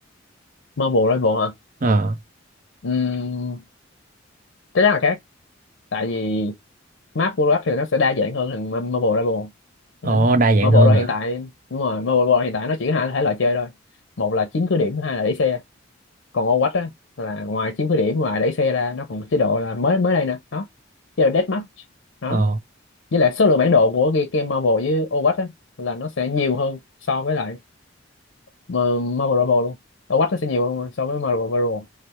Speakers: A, on the left (about 70°); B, on the right (about 45°).
A: Marvel Rival hả
B: Ờ,
A: Ừm, chắc chắn là khác tại vì map của Rap thì nó sẽ đa dạng hơn thằng Marvel Rival
B: Ồ,
A: ừ.
B: đa dạng
A: Marvel
B: hơn
A: Rival
B: à.
A: hiện tại đúng rồi Marvel Rival hiện tại nó chỉ có hai thể loại chơi thôi một là chiếm cứ điểm hai là đẩy xe còn ô quách á là ngoài chiếm khuyết điểm ngoài đẩy xe ra nó còn có chế độ là mới mới đây nè đó chế độ deathmatch đó
B: Ồ.
A: với lại số lượng bản đồ của cái game Marvel với ô quách á là nó sẽ nhiều hơn so với lại mà- Marvel Marvel luôn ô quách nó sẽ nhiều hơn so với Marvel Marvel